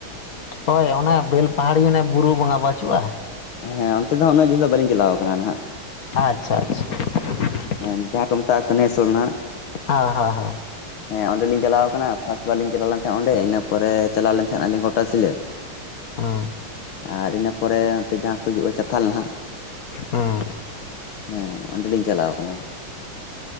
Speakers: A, on the left; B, on the left.
A: ᱦᱳᱭ ᱚᱱᱟ ᱵᱮᱞᱯᱟᱦᱟᱲᱤ ᱚᱱᱮ ᱵᱩᱨᱩ ᱵᱚᱸᱜᱟ ᱵᱟᱹᱪᱩᱜᱼᱟ?
B: ᱦᱮᱸ ᱚᱱᱛᱮ ᱫᱚ ᱩᱱᱟᱹᱜ ᱡᱷᱟᱹᱞ ᱫᱚ ᱵᱟᱹᱞᱤᱧ ᱪᱟᱞᱟᱣ ᱠᱟᱱᱟ ᱱᱟᱦᱟᱜ᱾
A: ᱟᱪᱪᱷᱟ ᱟᱪᱪᱷᱟ, <inaudible>
B: ᱦᱮᱸ ᱡᱟᱦᱟᱸ ᱠᱚ ᱢᱮᱛᱟᱜᱼᱟ ᱠᱟᱱ ᱥᱚᱨᱱᱟ᱾
A: ᱦᱳᱸ ᱦᱳᱸ ᱦᱳᱸ᱾
B: ᱦᱮᱸ ᱚᱸᱰᱮᱞᱤᱧ ᱪᱟᱞᱟᱣ ᱠᱟᱱᱟ ᱯᱷᱟᱥᱴ ᱵᱟᱨ ᱞᱤᱧ ᱪᱟᱞᱟᱣ ᱞᱮᱱ ᱛᱟᱦᱮᱸᱫ ᱚᱸᱰᱮ ᱤᱱᱟᱹ ᱯᱚᱨᱮ ᱪᱟᱞᱟᱣ ᱞᱮᱱ ᱛᱟᱦᱮᱸᱱᱟ ᱟᱹᱞᱤᱧ ᱜᱚᱴᱟ ᱥᱤᱞᱟᱹ᱾
A: ᱦᱩᱸ
B: ᱟᱨ ᱤᱱᱟᱹ ᱯᱚᱨᱮ ᱱᱚᱛᱮ ᱡᱟᱦᱟᱸ ᱠᱚ ᱦᱤᱡᱩᱜᱼᱟ ᱪᱟᱛᱷᱟᱞ ᱱᱟᱦᱟᱜ
A: ᱦᱩᱸ
B: <inaudible> ᱦᱮᱸ ᱚᱸᱰᱮᱞᱤᱧ ᱪᱟᱞᱟᱣ ᱠᱟᱱᱟ᱾